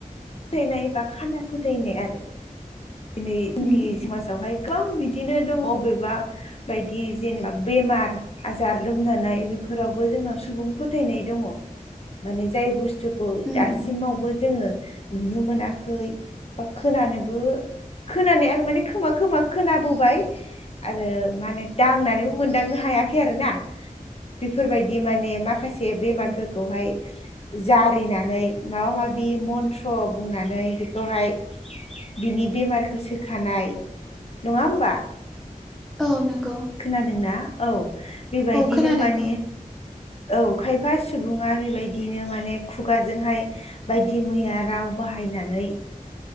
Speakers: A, on the left; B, in the centre.
A: फोथायनाय बा खाना फोथायनाय आरो। दिनै जोंनि
B: उम उम
A: समाजावहाय गोबां बिदिनो दं अबेबा बायदि जेनेबा बेमार आजार लोमजानाय बेफोरावबो जोंनाव सुबुं फोथायनाय दङ माने जाय बुस थुखौ
B: उम
A: दासिमावबो
B: उम
A: जोङो नुनो मोनाखै बा खोनानोबो खोनानाया माने खोमा खोमा खोनाबोबाय। आरो माने दांनानैबो मोनदांनो हायाखै आरोना। बेफोरबायदि माने माखासे बेमारफोरखौहाय जारिनानै माबा माबि मन्थ्र बुंनानै बेखौहाय बिनि बेमारखौ सोखानाय नङा होमबा?
B: औ नोंगौ।
A: खोनादोंना औ बेबायदिनो
B: खोनादों
A: माने
B: औ
A: औ खायफा सुबुङा बेबायदिनो माने खुगाजोंहाय बायदि मैया राव बाहायनानै